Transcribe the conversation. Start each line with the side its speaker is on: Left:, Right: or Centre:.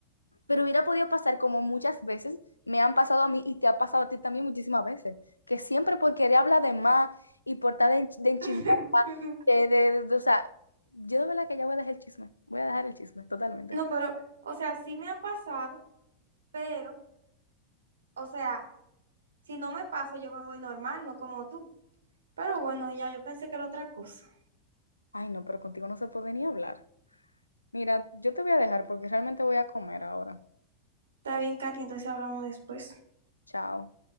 Left: Pero hubiera podido pasar como muchas veces me han pasado a mí y te ha pasado a ti también muchísimas veces, que siempre por querer hablar de más y por estar de, ench- de enchimosa,
Right: <laughs>
Left: de, de- de- de- o sea, yo de verdad que ya voy a dejar el chisme, voy a dejar el chisme totalmente.
Right: No, pero, o sea, sí me ha pasado, pero, o sea, si no me pasa, yo me voy normal, no como tú. Pero bueno, ya yo pensé que era otra cosa.
Left: Ay, no, pero contigo no se puede ni hablar. Mira, yo te voy a dejar porque realmente voy a comer ahora.
Right: Está bien, Katy, entonces hablamos después.
Left: Chao.